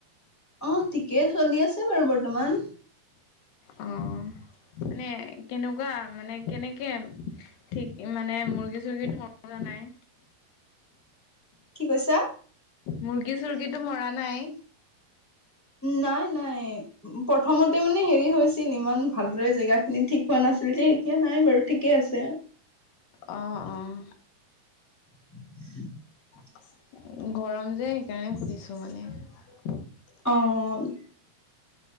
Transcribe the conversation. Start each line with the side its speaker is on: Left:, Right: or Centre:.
Centre: অ', ঠিকেই চলি আছে বাৰু বৰ্তমান।
Left: অ', মানে কেনেকুৱা মানে কেনেকে? ঠিক মানে মুৰ্গী চুৰ্গীটো মৰা নাই?
Centre: কি কৈছা?
Left: মুৰ্গী চৰ্গী টো মৰা নাই?
Centre: নাই নাই প্ৰথমতে মানে হেৰি হৈছিল ইমান ভালদৰে জেগাখিনি ঠিক হোৱা নাছিল যে, এতিয়া নাই বাৰু ঠিকে আছে।
Left: অঁ অঁ।
Centre: <unintelligible>
Left: গৰম যে সেইকাৰণে সুধিছো মানে?
Centre: অ'।